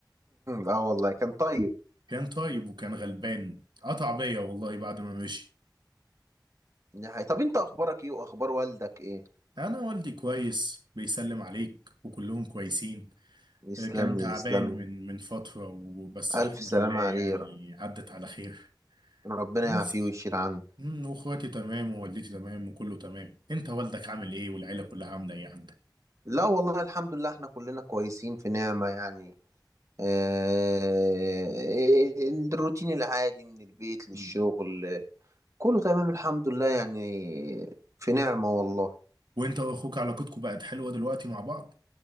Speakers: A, on the right (about 40°); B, on the right (about 70°).
A: اه والله كان طيب
B: كان طيب وكان غلبان قطع بيا والله بعد ما مشي
A: دي حقيقة. طب انت اخبارك ايه واخبار والدك ايه
B: انا والدي كويس بيسلم عليك وكلهم كويسين
A: يسلم
B: آه، كان تعبان
A: لي يسلم
B: من
A: لي
B: من فترة وبس
A: الف
B: الحمد
A: سلامه
B: لله يعني
A: عليه ر-
B: عدت على خير
A: ربنا
B: بس
A: يعافيه ويشيل عنه
B: أمم، واخواتي تمام ووالدتي تمام وكله تمام انت والدك عامل ايه والعيلة كلها عاملة ايه عندك
A: لا والله الحمد لله احنا كلنا كويسين في نعمه يعني آه، إيه، الروتين العادي من البيت للشغل
B: أمم.
A: كله تمام الحمد لله يعني في نعمة والله
B: وانت واخوك علاقتكم بقت حلوة دلوقتي مع بعض